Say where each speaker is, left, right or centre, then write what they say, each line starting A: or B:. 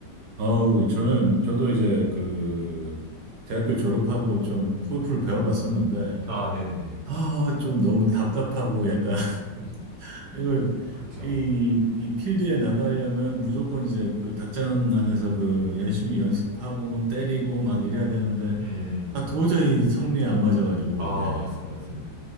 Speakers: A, on the right (about 65°); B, on the right (about 45°).
A: 아우, 저는, 저도 이제 그, 대학교 졸업하고 좀 골프를 배워봤었는데,
B: 아, 네네네.
A: 아, 좀 너무 답답하고 약간,
B: 음,
A: <laughs> 이걸,
B: 그렇죠.
A: 이, 이 필드에 나가려면 무조건 이제 그 닭장 안에서 그 열심히 연습하고 뭐 때리고 막 이래야 되는데,
B: 음.
A: 아, 도저히 성미에 안 맞아가지고
B: 아,
A: 이게.
B: 맞습니다. 맞습니다.